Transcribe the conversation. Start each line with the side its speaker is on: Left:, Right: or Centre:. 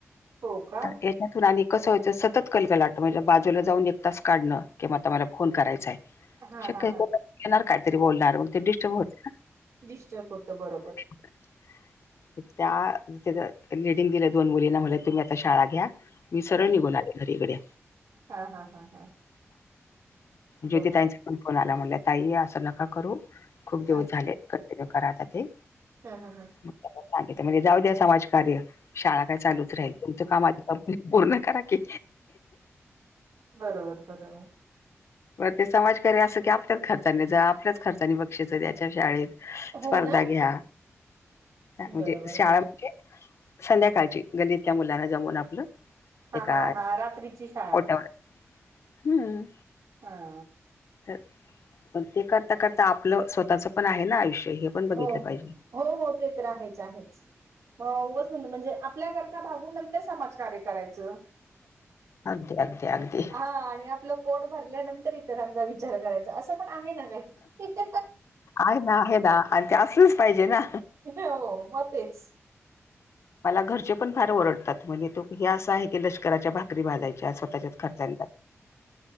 Right: हो का
Left: तर त्यातून आणि कसं व्हायाचं सतत कल- कलाट, म्हणजे बाजूला जाऊन एक तास काढणं, किंवा आता मला फोन करायचा आहें
Right: हा
Left: शक्य
Right: हा
Left: येणार
Right: हा
Left: कायतरी बोलणार मग ते व्यत्यय येतो ना
Right: डिस्टर्ब होत बरोबर
Left: व्यत्यय येतो बरोबर त्या लिडिंग दिले, दोन मुलींना म्हटले तुम्ही आता शाळा घ्या मी सरळ
Right: हा
Left: निघून आले घरी इकडे
Right: हा हा हा हा
Left: ज्योती
Right: बरोबर
Left: ताईंन चा पण फोन आला..., म्हणाल्या,... 'ताई असं नका करू खूप दिवस
Right: हा
Left: झाले' ए करा आता ते
Right: हम- हम -हम
Left: सांगिल... म्हणजे जाऊ द्या समाजकार्य शाळा काय चालूच राहील, तुमचं काम आधी पूर्ण करा की
Right: बरोबर -बरोबर
Left: बर..... ते समाजकार्य असं की, आपल्याच खर्चाने जा, आपल्याच खर्चानी बक्षीस दया, शाळेत
Right: हो
Left: स्पर्धा
Right: ना
Left: घ्या
Right: बरोबर
Left: म्हणजे शाळा,
Right: बरोबर
Left: म्हणजे संध्याकाळची गल्लीतल्या मुलांना जमून आपलं
Right: हा
Left: एकाट्यावर
Right: हा हा रात्रीची शाळा
Left: हम्म
Right: हा
Left: तर पण ते करता करता आपलं स्वतःच पण आहे ना आयुष्य हे पण बघितलं
Right: हो-
Left: पाहिजे
Right: हो- हो ते तर आहेच -आहेच, उगच मग म्हणजे आपल्या गरजा भागवून नंतर समाजकार्य करायचं
Left: अगदी अगदी अगदी
Right: हा आणि आपलं पोट भरल्यानंतर इतरांन चा विचार करायचा...... असं पण आहे ना काहीतरी
Left: आहे ना आहे ना आणि ते असलेच पाहिजे ना
Right: हो मतेच
Left: मला घरचे पण फार ओडतात म्हणजे तो हे असं आहे की लष्कराच्या भाकरी भाजायची स्वतःच्या खर्